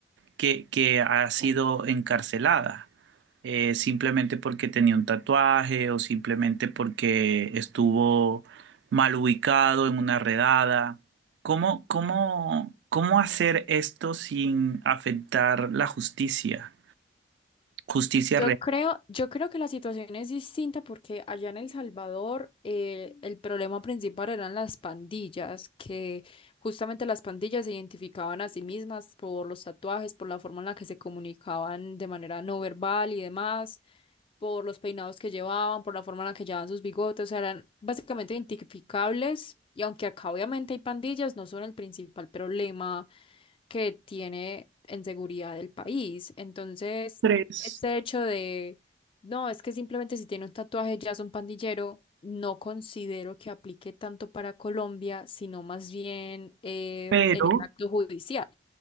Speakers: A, on the right; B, on the left.
A: que, que ha sido encarcelada eh, simplemente porque tenía un tatuaje o simplemente porque estuvo mal ubicado en una redada. ¿Cómo, cómo, cómo hacer esto sin afectar la justicia? justicia
B: Yo
A: real.
B: creo, yo creo que la situación es distinta porque allá en El Salvador eh, el problema principal eran las pandillas, que justamente las pandillas se identificaban a sí mismas por los tatuajes, por la forma en la que se comunicaban de manera no verbal y demás, por los peinados que llevaban, por la forma en la que llevaban sus bigotes, o sea, eran básicamente identificables y aunque acá obviamente hay pandillas, no son el principal problema que tiene en seguridad el país. Entonces,
A: Tres.
B: este hecho de, no, es que simplemente si tiene un tatuaje ya es un pandillero, no considero que aplique tanto para Colombia, sino más bien eh,
A: Pero,
B: en el acto judicial.